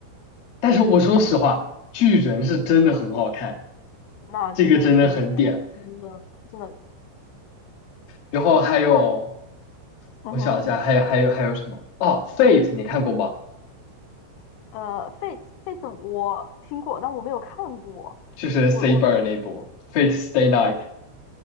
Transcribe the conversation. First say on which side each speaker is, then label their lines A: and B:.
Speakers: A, on the left; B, on the left.
A: 但是我说实话，巨人是真的很好看，
B: 那真的神作，
A: 这个真的很点。
B: 真的真的，
A: 然后还有，
B: 我就真的，嗯哼，
A: 我想一下，还有还有还有什么？哦，Fate 你看过吗？
B: 呃，Fate Fate 我听过，但我没有看过。
A: 就是 Saber
B: 我我
A: 那部 Fate Stay Night，Fate